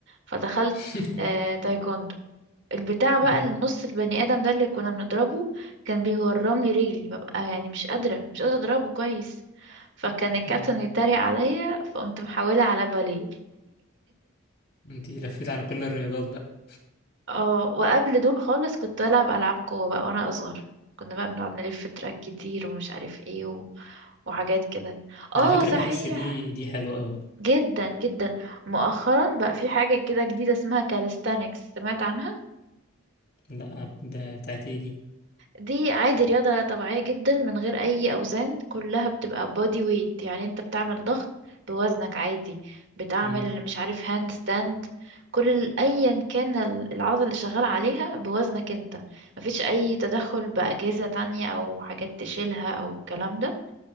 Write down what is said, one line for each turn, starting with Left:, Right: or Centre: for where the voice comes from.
Right: فدخلت
Left: <laughs>
Right: آه تايكوندو البتاع بقى
Left: اه
Right: النص البني ادم ده اللي كنا بنضربه كان بيورمني رجلي ببقى يعني مش قادره مش قادره اضربه كويس فكان الكابتن
Left: امم
Right: يتريق عليا فقمت محولة على باليه
Left: انتي لفيت على كل الرياضات بقى
Right: اه وقبل دول خالص كنت بلعب العاب قوه بقى وانا اصغر كنا بقى بنقعد نلف تراك كتير ومش عارف ايه و... وحاجات كده اه
Left: على فكرة
Right: صحيح
Left: بحس دي دي حلوة قوي
Right: جدا جدا مؤخرا بقى في حاجة كده جديدة اسمها كاليستانكس سمعت عنها
Left: لا ده بتاعت ايه دي
Right: دي عادي رياضة طبيعية جدا من غير أي أوزان كلها بتبقى بودي ويت يعني انت بتعمل ضغط بوزنك عادي بتعمل
Left: امم
Right: مش عارف هاند ستاند كل ال- أيا كان ال- العضلة اللي شغال عليها بوزنك انت مفيش أي تدخل بأجهزة تانية أو حاجات تشيلها أو الكلام ده